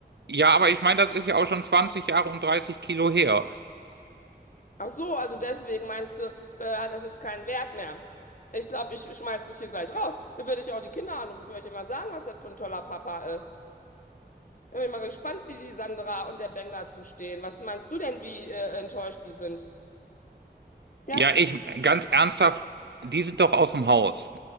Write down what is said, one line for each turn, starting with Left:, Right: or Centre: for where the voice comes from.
Right: Ja, aber ich meine, das ist ja auch schon 20 Jahre und dreißig Kilo her.
Left: Ach so, also deswegen meinst du, äh, hat das jetzt keinen Wert mehr? Ich glaube, ich schmeiß dich hier gleich raus. Dann würde ich auch die Kinder anrufen, würde ich mal sagen, was das für ein toller Papa ist. Dann bin ich mal gespannt, wie die Sandra und der Ben dazu stehen. Was meinst du denn, wie äh, enttäuscht die sind? Ja?
Right: Ja, ich, ganz ernsthaft, die sind doch aus dem Haus.